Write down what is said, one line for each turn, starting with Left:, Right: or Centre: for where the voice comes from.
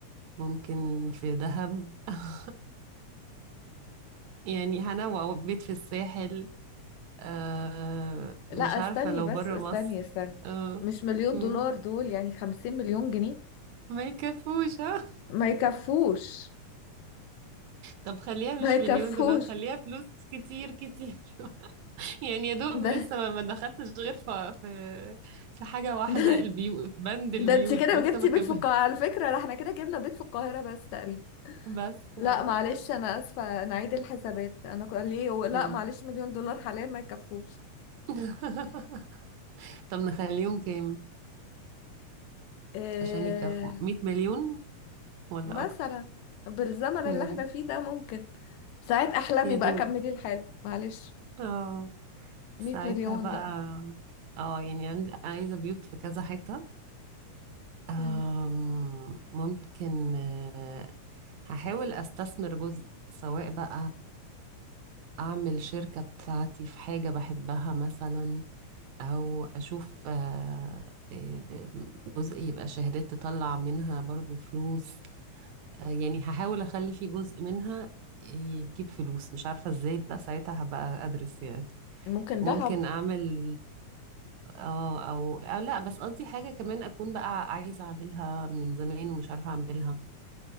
Right: ممكن في دهب <laughs> يعني هنوع بيت في الساحل آه،
Left: لا
Right: مش
Left: استني
Right: عارفة لو
Left: بس
Right: برا
Left: استني
Right: مصر
Left: استني
Right: اه
Left: مش مليون
Right: مم.
Left: دولار دول يعني خمسين مليون جنيه
Right: ما يكفوش <laughs> ها
Left: ما يكفوش
Right: طب خليها مش
Left: ما يكفوش
Right: مليون دولار خليها فلوس كتير كتير <laughs> يعني يا دوب
Left: ده
Right: لسه ما ما دخلتش غير في في في حاجة واحدة
Left: ده
Right: البيوت بند البيوت
Left: ده انت كده
Right: لسه
Left: جبتي
Right: ما كمل
Left: بيت في القاهرة على فكرة لا احنا كده جبنا بيت في القاهرة بس تقريبا
Right: <laughs> بس
Left: لا
Right: اه
Left: معلش انا اسفة انا عيد الحسابات انا ك- ليه و- لا
Right: مم.
Left: معلش مليون دولار حاليا ما يكفوش
Right: <laughs> طب نخليهم كام
Left: إيه
Right: عشان يكفوا 100 مليون ولا
Left: مثلا
Right: اكتر
Left: بالزمن اللي
Right: مم.
Left: احنا فيه ده ممكن ساعات احلامي
Right: يا
Left: بقى
Right: دوب
Left: كملي الحال معلش
Right: اه
Left: 100
Right: ساعتها
Left: مليون
Right: بقى
Left: بقى
Right: اه يعني عندي عايزة بيوت في كذا حتة أم،
Left: مم.
Right: ممكن آه، هحاول استثمر جزء سواء بقى اعمل شركة بتاعتي في حاجة بحبها مثلا او اشوف آه، آه، جزء يبقى شهادات تطلع منها برضو فلوس آه، يعني هحاول اخلي في جزء منها يجيب فلوس مش عارفة ازاي بقى ساعتها هبقى ادرس يعني
Left: ممكن
Right: ممكن
Left: ذهب
Right: اعمل اه او, أو لا بس قصدي حاجة كمان اكون بقى عايزة اعملها من زمان ومش عارفة اعملها